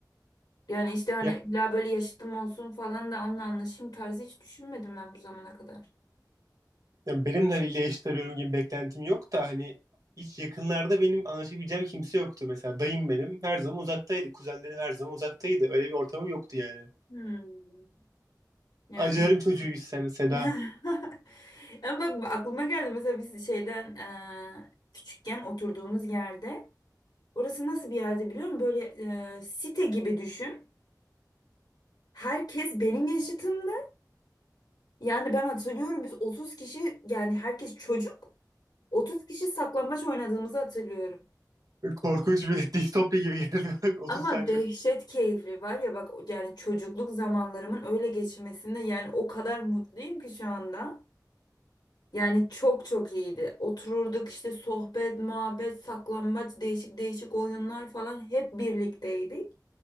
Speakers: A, on the left (about 70°); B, on the right (about 55°).
A: Yani işte hani
B: Ya-
A: illa böyle yaşıtım olsun falan da onunla anlaşayım tarzı hiç düşünmedim ben bu zamana kadar.
B: Yani, benim haliyle yaşıt arıyorum gibi beklentim yok da hani hiç yakınlarda benim anlaşabileceğim kimse yoktu. Mesela dayım benim her zaman uzaktaydı. Kuzenlerim her zaman uzaktaydı. Öyle bir ortamım yoktu yani.
A: Hmm. Yani.
B: Acılarım çocuğuyuz sen Seda.
A: <laughs> Ama bak aklıma geldi mesela biz şeyden eee, küçükken oturduğumuz yerde Orası nasıl bir yerde biliyor musun? Böyle e, site gibi düşün. Herkes benim yaşıtımdı. Yani ben hatırlıyorum biz 30 kişi yani herkes çocuk. 30 kişi saklambaç oynadığımızı hatırlıyorum.
B: Korkunç bir <laughs> distopya gibi geldi. <laughs> 30
A: Ama
B: tane çocuk.
A: dehşet keyifli var ya bak yani çocukluk zamanlarımın öyle geçmesinde yani o kadar mutluyum ki şu anda. Yani çok çok iyiydi. Otururduk işte sohbet, muhabbet, saklambaç, değişik değişik oyunlar falan hep birlikteydik.